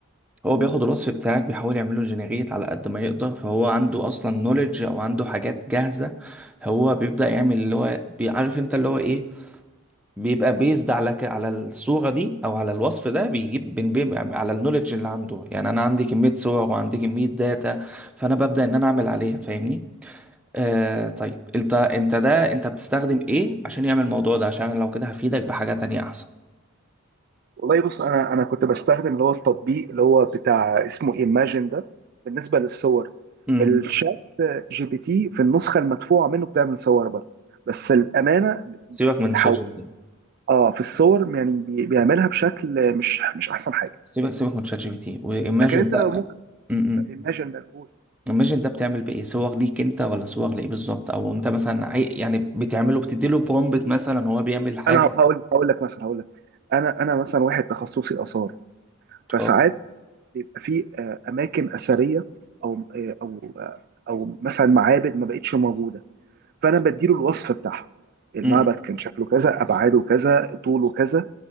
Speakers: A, in the centre; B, on the right (about 45°).
A: هو بياخد الوصف بتاعك بيحاول يعمله جنريت على قد ما يقدر فهو عنده اصلا نوليدج او عنده حاجات جاهزه هو بيبدا يعمل اللي هو بيعرف انت اللي هو ايه بيبقى بيزد على ك... على الصوره دي او على الوصف ده بيجيب بين بين على النوليدج اللي عنده يعني انا عندي كميه صور وعندي كميه داتا فانا ببدا ان انا اعمل عليها فاهمني آه طيب انت انت ده انت بتستخدم ايه عشان يعمل الموضوع ده عشان لو كده هفيدك بحاجه تانية احسن
B: والله بص انا انا كنت بستخدم اللي هو التطبيق اللي هو بتاع اسمه ايماجن ده بالنسبه للصور
A: امم
B: الشات جي بي تي في النسخه المدفوعه منه بتعمل صور برضه بس الامانه
A: سيبك من
B: بتحول
A: شات جي بي تي
B: اه في الصور يعني بي- بيعملها بشكل مش مش احسن حاجه
A: سيبك سيبك من شات جي بي تي وايماجن
B: لكن انت
A: ده
B: لو ممكن
A: امم
B: ايماجن ده الاول
A: الماجن ده بتعمل بيه ايه صور ليك انت ولا صور لايه بالظبط او انت مثلا عاي... يعني بتعمله بتديله برومبت مثلا هو بيعمل حاجه
B: انا هقول هقول لك مثلا هقول لك انا انا مثلا واحد تخصصي اثار فساعات
A: اه
B: بيبقى في آه، اماكن اثريه او آه، او آه، او مثلا معابد ما بقتش موجوده فانا بديله الوصف بتاعها المعبد
A: م-م.
B: كان شكله كذا ابعاده كذا طوله كذا